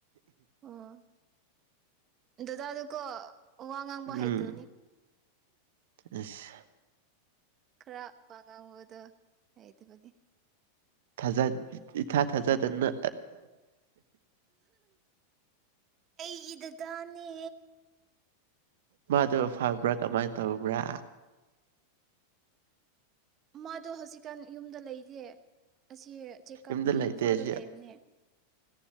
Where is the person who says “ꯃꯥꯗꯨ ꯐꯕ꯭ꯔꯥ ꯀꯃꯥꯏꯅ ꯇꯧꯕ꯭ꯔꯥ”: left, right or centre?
Right